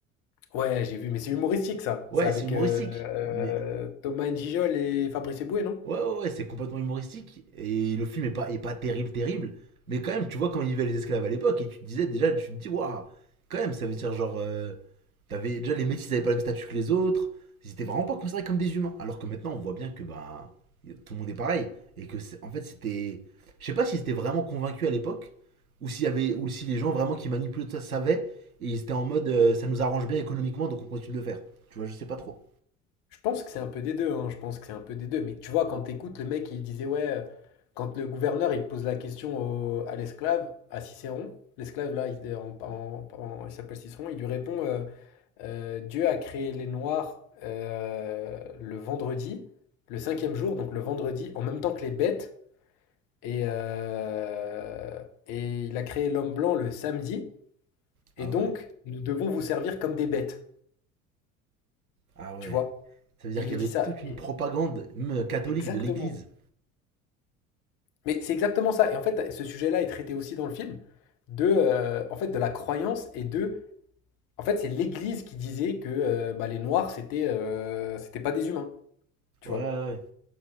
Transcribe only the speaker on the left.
Ouais, j'ai vu, mais c'est humoristique ça.
C'est avec
euh, euh,
Thomas N'Gijol et Fabrice Eboué, non?
Je pense que c'est un peu des deux, hein, je pense que c'est un peu des deux. Mais tu vois, quand t'écoutes le mec, il disait, ouais, euh, quand le gouverneur, il pose la question au- à l'esclave, à Cicéron, l'esclave, là, il, en- en- en- il s'appelle Cicéron, il lui répond, euh, Euh, Dieu a créé les Noirs euh, le vendredi, le cinquième jour, donc le vendredi, en même temps que les bêtes, et, euh, et il a créé l'homme blanc le samedi,
et donc
nous devons vous servir comme des bêtes,
tu vois.
Et il
lui dit
ça.
Et-
exactement.
Mais c'est exactement ça. Et en fait, ce sujet-là est traité aussi dans le film de, euh, en fait, de la croyance et de, en fait, c'est l'Église qui disait que euh, bah, les Noirs c'était, euh, c'était pas des humains, tu
vois.